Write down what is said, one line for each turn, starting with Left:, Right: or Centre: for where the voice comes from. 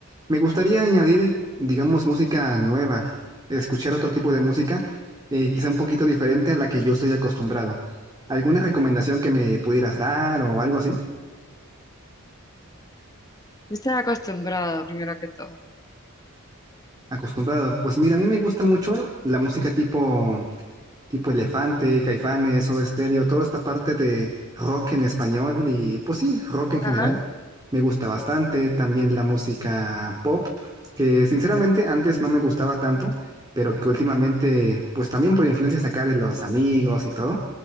Right: me gustaría añadir, digamos, música nueva, escuchar otro tipo de música, eh, quizá un poquito diferente a la que yo estoy acostumbrado. ¿Alguna recomendación que me pudieras dar o algo así?
Left: Estás acostumbrado, primero que todo.
Right: Acostumbrado. Pues mira, a mí me gusta mucho la música tipo, tipo Elefante, Caifanes, Soda Stereo, toda esta parte de rock en español y pues sí, rock
Left: Ajá,
Right: en general. Me gusta bastante. También la música pop, que sinceramente antes no me gustaba tanto, pero que últimamente, pues también por influencias acá de los amigos y todo,